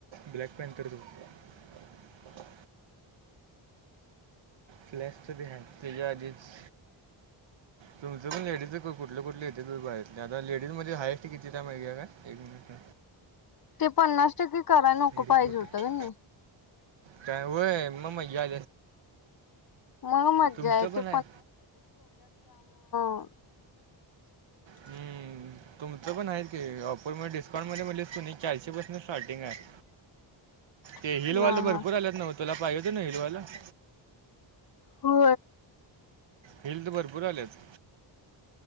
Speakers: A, on the right (about 65°); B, on the left (about 45°).
A: ब्लॅक पेंट तर त फ्लॅश त हते आच
B: <inaudible>
A: तुमचं पण डीज कुठले कुठले येतेु्हीहेरले आता लेडीज मध्ये हाएस्ट किती टय माहिे का एक मिनिट
B: ते पन्नास टक्के कराय नको
A: हॅरी
B: पाहिजे
A: पॉटर
B: होतं का नाही
A: काय वय मग मजा
B: मग मज्जा
A: तुमचं पण
B: ते
A: आहे
B: हो
A: हम्म,
B: <inaudible>
A: तुमचं पण आहे की ऑफर म डिस्काउंट मध्ये मज सनी चारशे पसेंट स्टार्टिंग आहे
B: <inaudible>
A: ते हिलवाल
B: हा
A: भरपूर
B: हा
A: आलेत ना म तुला पाहिेेत ना हिलवालं
B: हो
A: हिल तर भरपूर आल्याच